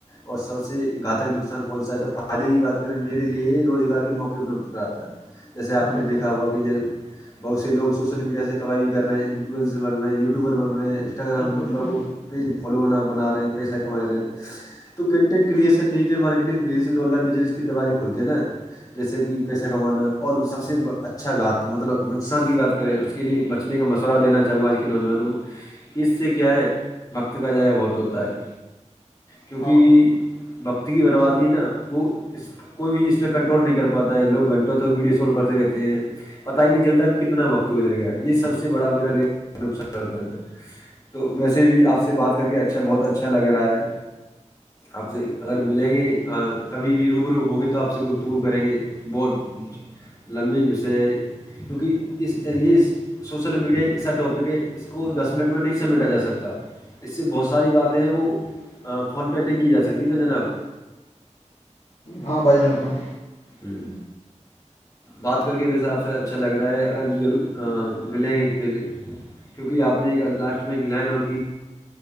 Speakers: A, on the left (about 30°); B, on the left (about 55°).
A: اور سب سے گھاتک نقصان کون سا ہے تو فائدے کی بات کریں میرے لیے یہ روزگار کے موقے اپلبدھ کراتا ہے جیسے آپ نے
B: بالکل
A: دیکھا ہوا بہت سے لوگ سوشل میڈیا سے کمائی بھی کر رہے ہیں انفلوئنس بن رہ ہیں یوٹیوبر بن رہ ہیں انسٹاگرام مطلب
B: بالکل
A: وہ پیج فالو بنا بنا رہے ہیں پیسہ کما رہے ہیں تو کنٹینٹ کریشن نہیں marketing creation online business کے دروجے کھلتے نا جیسے کہ پیسہ کمانا اور سب سے اچھا اچھاات مطلب نقصان کی بات کریں اس کے لیے بچنے کا مشورہ دینا چاہوں گا آج کے نوجوانوں کو کہ اس سے کیا ہے وقت کا جائے بہت ہوتا ہے کیونکہ
B: ہاں
A: بکتی کی بربادی نا وہ اس کوئی بھی اس پہ کنٹرول نہیں کر پاتا ہے لوگ گھنٹوں تک ویڈیو کال کرتے رہتے ہیں پتا ہی نہیں چلتا کتنا وقت گ جل گیا یہ سب سے بڑا میرا لی نقصان ہوتا تھا تو ویسے بھی آپ سے بات کر کے اچھا بہت اچھا لگ رہا ہے آپ سے اگر ملیں گے کبھی بھی روبرو ہوں گے تو آپ سے گفتگو کریں گے بہت لمبی وسے کیونکہ اس ایریے سوسل میڈیا ایک ایسا ٹاپک ہے اس کو دس منٹ میں نہیں سمیٹا جا سکتا اس سے بہت ساری باتیں ہیں وہ فون پہ نہیں کی جا سکتی نا جناب
B: ہاں بھائی جان ہاں
A: ہوں بات کر کے ویسے آپ سے اچھا لگ رہا ہے اگر ملیں گے پھر کیونکہ آپ نے ایک لاسٹ میں ایک لینڈ اور کی